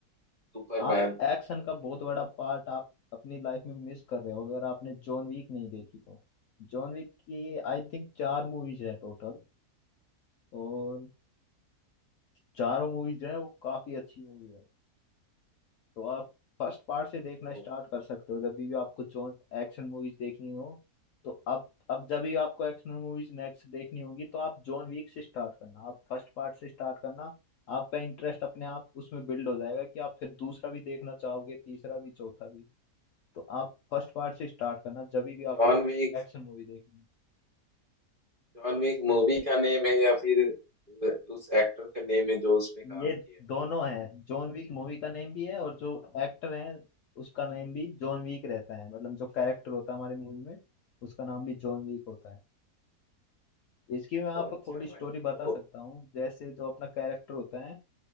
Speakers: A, on the right (about 30°); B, on the left (about 70°).
A: सुपरमैन
B: आप एक्शन
A: ये
B: का बहुत बड़ा
A: सब
B: पार्ट आप अपनी लाइफ में मिस कर रहे हो अगर आपने जॉन विक नहीं देखी तो जॉन विक की आई थिंक चार मूवीज है टोटल और चारों मूवीज जो है वो काफी अच्छी मूवी है तो आप फर्स्ट पार्ट से देखना
A: movie.
B: स्टार्ट कर सकते हो जब भी आपको जो एक्शन मूवीज देखनी हो तो अब अब जब भी आपको एक्शन मूवीज नेक्स्ट देखनी होगी तो आप जॉन वीक से स्टार्ट करना आप फर्स्ट पार्ट से स्टार्ट करना आपका इंटरेस्ट अपने आप उसमें बिल्ड हो जाएगा कि आप फिर दूसरा भी देखना चाहोगे तीसरा भी चौथा भी तो आप फर्स्ट पार्ट से स्टार्ट करना जब भी
A: John
B: आपको
A: Wick
B: एक्शन मूवी देखनी हो
A: John Wick movie का नेम है या फिर उस एक्टर का नेम है जो उसमें काम
B: ये
A: किया
B: दोनों है जॉन विक मूवी का नेम भी है और जो एक्टर है उसका नेम भी जॉन विक रहता है मतलब जो कैरेक्टर होता है हमारी मूवी में उसका नाम भी जॉन विक होता है इसकी मैं आपको
A: ओ अच्छा
B: थोड़ी स्टोरी
A: भाई
B: बता
A: तो
B: सकता हूँ जैसे जो अपना कैरेक्टर होता है